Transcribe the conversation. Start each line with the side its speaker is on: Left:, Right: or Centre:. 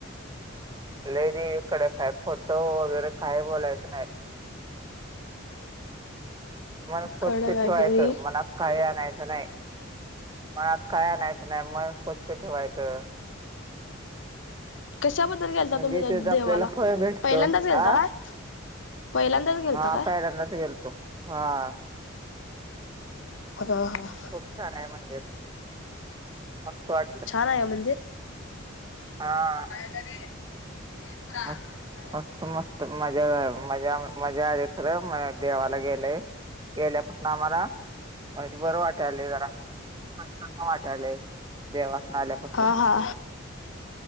Right: लई देवी कडक हाय. खोटतं वगैरे काय बोलायचं नाय. मन स्वच्छ
Left: कळलं
Right: ठेवायचं.
Left: काय कधी
Right: मनात काय आणायचं नाय. मनात काय आणायचं नाय. मन स्वच्छ ठेवायचं.
Left: कशाबद्दल गेलता
Right: म्हणजे
Left: तुम्ही त्या
Right: तेच
Left: देवाला
Right: आपल्याला फळ भेटत.
Left: पहिल्यांदाच गेलता
Right: हा.
Left: काय पहिल्यांदाच गेलता
Right: हा
Left: काय
Right: पहिल्यांदाच गेलतो. हा.
Left: <unintelligible>
Right: खूप छान आहे मंदिर. मस्त वाटलं.
Left: छान आहे मंदिर?
Right: हा.
Left: खायला दे. <unintelligible>
Right: मस्त मस्त मस्त. मजा मजा मजा आली खरं. म देवाला गेलंय. गेल्यापसन आम्हाला, वईच बरं वाटयले जरा. प्रसन्न वाटालय. देवासन आल्यापासू
Left: अ हा.